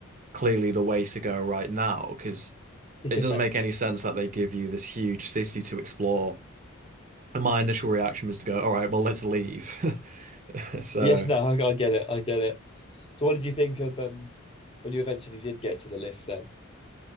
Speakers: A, on the right; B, on the left.
A: clearly the way to go right now, because
B: <laughs>
A: it doesn't make any sense that they give you this huge city to explore. And my initial reaction was to go, all right, well, let's leave. <laughs> So,
B: Yeah, <laughs> no, I, I get it. I get it. So what did you think of um when you eventually did get to the lift then?